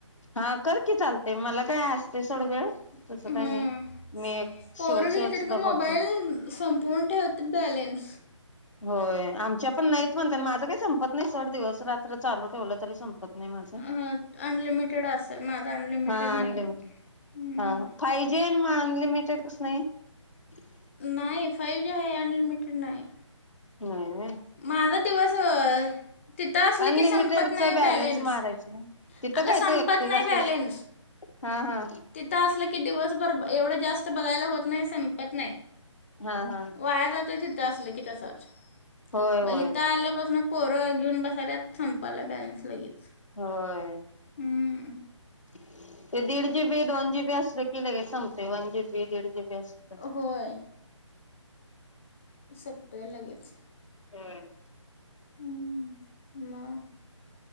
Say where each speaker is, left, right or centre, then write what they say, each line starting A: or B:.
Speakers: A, on the left; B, on the left.
A: हा कर की चालतंय मला काय असतय सोड वेळ. तसं
B: हम्म.
A: काही नाही मी
B: पोरं
A: शेवत शेवत
B: घेतात
A: सुद्धा
B: ग
A: बोलते
B: मोबाईल संपवून ठेवत्यात बॅलेन्स.
A: हो आमच्या पण नाहीत <unintelligible> माझं काय संपत नाही सोड दिवस रात्र चालू ठेवलं तरी संपत नाही माझ
B: अनलिमिटेड असेल माझा अनलिमिटेड
A: हा
B: नाही
A: अनलिमटेड
B: हं.
A: हा फाय जी आणि मग अनलिमिटेड <unintelligible>
B: नाही फाय जी आहे अन अनलिमिटेड नाही.
A: हम्म
B: माझा दिवस अ तिथं असलं
A: अनलिमिटेडचा
B: की संपत नाही बॅलन्स
A: मारायच नाही. तिथं
B: अग
A: काय
B: संपत
A: तू एकटीच
B: नाही
A: असतेस
B: बॅलन्स
A: हा हा
B: तिथं असल की दिवसभर एवढ जास्त त्यात बघायला होत नाही संपत नाही.
A: हा हा
B: वाया जातोय तिथं असलं तसं <unintelligible>
A: होय होय
B: म हित आल्यापासन पोरं घेऊन बसाल्यात संपालाय बॅलन्स लगेच
A: होय
B: हं.
A: <inaudible> ते दीड जी बी दोन जी बी असल की लगेच संप <unintelligible> व्यस्त
B: होय सुटतोय लगेच.
A: हम्म
B: हम्म. मग